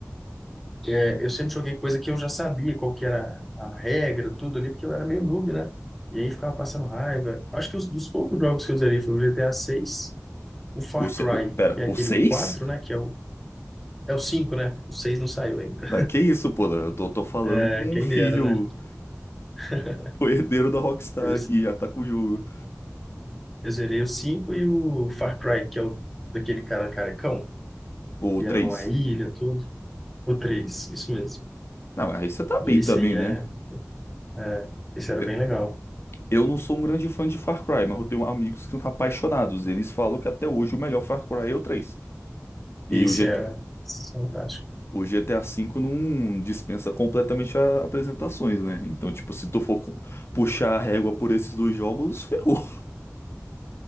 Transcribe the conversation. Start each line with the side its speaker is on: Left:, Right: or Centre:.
Centre: É, eu sempre joguei coisa que eu já sabia qual que era a regra, tudo ali, porque eu era meio noob, né? E aí ficava passando raiva. Acho que os, dos poucos jogos que eu zerei foi o GTA 6, o Far
Left: O, se-
Centre: Cry,
Left: o, pera,
Centre: que é
Left: o
Centre: aquele
Left: 6?
Centre: o 4 né? Que é o, é o 5 né? O 6 não saiu ainda.
Left: Ah, que isso, pô? Eu tô, tô falando
Centre: É,
Left: com
Centre: quem
Left: um filho,
Centre: dera, né? <laughs>
Left: o herdeiro da Rockstar
Centre: Eu, ze-
Left: que já tá com o jogo.
Centre: eu zerei o 5 e o Far Cry, que é o daquele cara carecão,
Left: O
Centre: que
Left: três.
Centre: era numa ilha, tudo. O 3 isso mesmo.
Left: Ah, mas aí você tá bem
Centre: E esse
Left: também,
Centre: aí
Left: né?
Centre: é, é, esse era
Left: Eu,
Centre: bem legal.
Left: eu não sou um grande fã de Far Cry, mas eu tenho amigos que são apaixonados. Eles falam que até hoje o melhor Far Cry é o 3. E
Centre: Esse
Left: o GT
Centre: era fantástico.
Left: O GTA V não dispensa completamente a- apresentações, né? Então, tipo, se tu for co- puxar a régua por esses dois jogos, ferrou. <laughs>